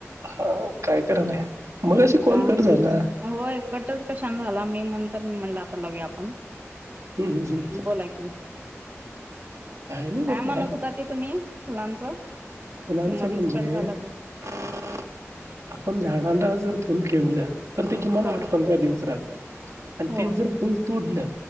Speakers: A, on the right (about 85°); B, on the right (about 40°).
A: हा, काय करायलाय? मगाशी कॉल
B: <unintelligible>
A: कट झाला.
B: होय कट च झाला कशानं मी म्हणून तर मी मम्हणलं आता लावया आपण.
A: हम्म हम्म
B: बोला की
A: नाही म्हटलं
B: काय म्हणत होता ते तुम्ही, फुलांचं.
A: फुलांच
B: ते मधीच
A: म्हणजे
B: कट झाला ते
A: <inaudible> आपण झाडांना जर फुल ठेवलं तर ते किमान
B: हा
A: आठ पंधरा दिवस राहत. आणि
B: होय
A: तेच जर फुल तुडलं